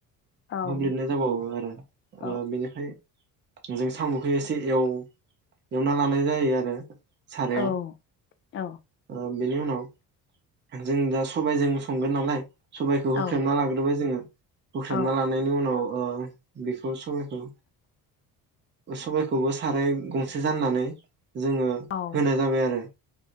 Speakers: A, on the left; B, on the right.
A: ओं
B: हुब्ललिदनाय जाबावो आरो
A: औ
B: ओ बेनिफ्राय जों साम'खौ एसे एव एवना लानाय जायो आरो सारायाव
A: औ औ
B: ओ बेनि उनाव जों दा सबायजों संगोन नालाय सबायखौ
A: औ
B: होख्रेमना लाग्रोबाय जोङो हुख्रेमना
A: औ
B: लानायनि उनाव ओ बेखौ सबायखौ सबायखौबो साराय गं से जाननानै जोङो
A: औ
B: होनाय जाबाय आरो